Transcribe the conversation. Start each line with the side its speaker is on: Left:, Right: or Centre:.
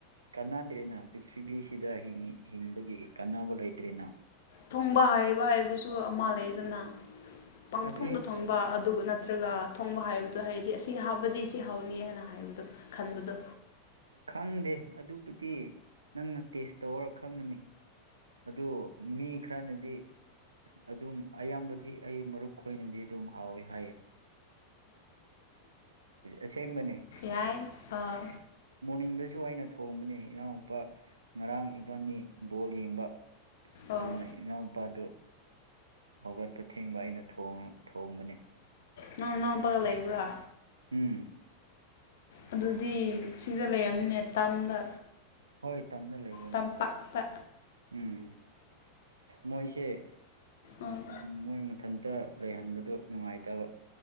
Right: ꯀꯥꯟꯅꯗ꯭ꯔꯦꯅ ꯄ꯭ꯔꯤꯊꯤꯕꯤꯁꯤꯗ ꯍꯤꯡꯏ ꯍꯤꯡꯕꯒꯤ ꯀꯥꯟꯅꯕ ꯂꯩꯇ꯭ꯔꯦꯅ
Left: ꯊꯣꯡꯕ ꯍꯥꯏꯕ ꯍꯥꯏꯕꯁꯨ ꯑꯃ ꯂꯩꯗꯅ ꯄꯥꯡꯊꯣꯡꯗ
Right: ꯑꯗꯨꯏ
Left: ꯊꯣꯡꯕ ꯑꯗꯨ ꯅꯠꯇ ꯅꯠꯇ꯭ꯔꯒ ꯊꯣꯡꯕ ꯍꯥꯏꯕꯗꯣ ꯍꯥꯏꯔꯗꯤ ꯑꯁꯤ ꯍꯥꯕꯗꯤ ꯁꯤ ꯍꯥꯎꯅꯤ ꯍꯥꯏꯅ ꯍꯥꯏꯕꯗꯣ ꯈꯟꯕꯗꯣ
Right: ꯈꯪꯗꯦ ꯑꯗꯨꯕꯨꯗꯤ ꯅꯪꯅ ꯇꯦꯁ ꯇꯧꯔ ꯈꯪꯉꯅꯤ ꯑꯗꯣ ꯃꯤ ꯈꯔꯅꯗꯤ ꯑꯗꯨꯝ ꯑꯌꯥꯝꯕꯗꯤ ꯑꯩ ꯃꯔꯨꯞ ꯈꯣꯏꯅꯗꯤ ꯑꯗꯨꯝ ꯍꯥꯎꯋꯦ ꯍꯥꯏꯌꯦ ꯑꯁꯦꯡꯕꯅꯦ
Left: ꯌꯥꯏ ꯑꯥ
Right: ꯃꯣꯔꯅꯤꯡꯗꯁꯨ ꯁꯨ ꯑꯩꯅ ꯊꯣꯡꯕꯅꯦ ꯏꯅꯥꯎꯅꯨꯄꯥ ꯉꯔꯥꯡ ꯏꯕꯥꯅꯤ ꯕꯣꯜ ꯌꯦꯡꯕ ꯑꯗꯨꯅ
Left: ꯑꯣ
Right: ꯏꯅꯥꯎꯄꯥꯗꯨ ꯍꯧꯒꯠꯄ ꯊꯦꯡꯕ ꯑꯩꯅ ꯊꯣꯡꯕꯅꯤ
Left: ꯅꯪ ꯅꯪ ꯄꯒ ꯂꯩꯕ꯭ꯔꯥ
Right: ꯎꯝ
Left: ꯑꯗꯨꯗꯤ
Right: ꯑꯗꯨ
Left: ꯁꯤꯗ ꯂꯩꯔꯝꯅꯦ ꯇꯝꯗ
Right: ꯍꯣꯏ ꯇꯝꯗ ꯂꯩꯕꯅꯦ
Left: ꯇꯝꯄꯥꯛꯇ
Right: ꯎꯝ ꯃꯣꯏꯁꯦ
Left: ꯑꯥ
Right: ꯃꯣꯏ ꯃꯊꯟꯇ ꯂꯩꯍꯟꯕꯗꯨ ꯅꯨꯡꯉꯥꯏꯇꯕ